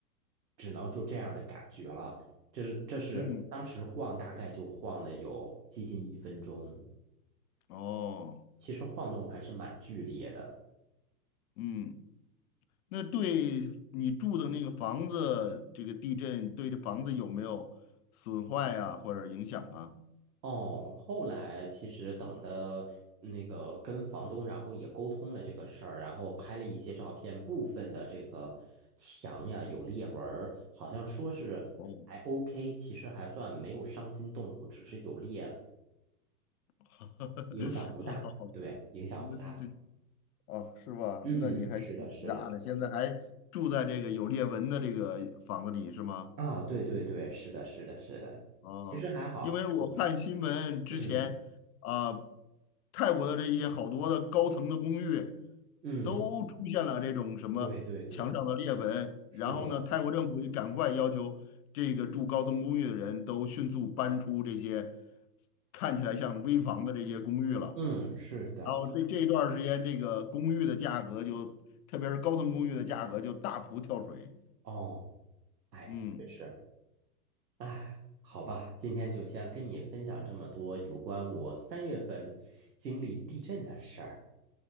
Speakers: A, on the right (about 80°); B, on the left (about 60°).
A: 只能就这样的感觉了。这是这是当时晃，
B: 嗯，
A: 大概就晃了有接近一分钟，
B: 哦，
A: 其实晃动还是蛮剧烈的。
B: 嗯，那对你住的那个房子，这个地震对这房子有没有损坏啊，或者影响啊？
A: 哦，后来其实等的那个跟房东，然后也沟通了这个事儿，然后拍了一些照片，部分的这个墙呀有裂纹儿，好像说是还
B: 哦，
A: OK，其实还算没有伤筋动骨，只是有裂，
B: <laughs>
A: 影响不大。
B: 好好好，
A: 对，影响不大。
B: 那这这哦，是吧？
A: 嗯，
B: 那你还挺大的，
A: 是的，是的。
B: 现在还住在这个有裂纹的这个房子里是吗？
A: 啊，对对对，是的，是的，是的，
B: 哦，
A: 其实还好。
B: 因为我看新闻之前啊，
A: 嗯
B: 泰国的这些好多的高层的公寓
A: 嗯，
B: 都出现了这种什么墙上的裂纹，
A: 嗯对对对，是的，
B: 然后呢，泰国政府也赶快要求这个住高层公寓的人都迅速搬出这些看起来像危房的这些公寓了。
A: 嗯，是的。
B: 然后这这一段儿时间，这个公寓的价格就，特别是高层公寓的价格就大幅跳水。
A: 哦，哎，
B: 嗯
A: 确实。哎，好吧，今天就先跟你分享这么多有关我三月份经历地震的事儿。